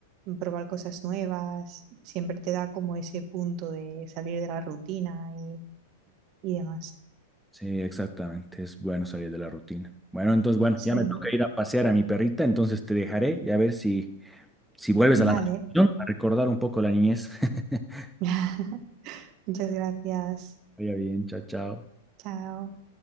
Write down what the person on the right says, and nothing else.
Probar cosas nuevas. Siempre te da como ese punto de salir de la rutina y, y demás.
Sí,
vale.
<laughs> Muchas gracias.
Chao.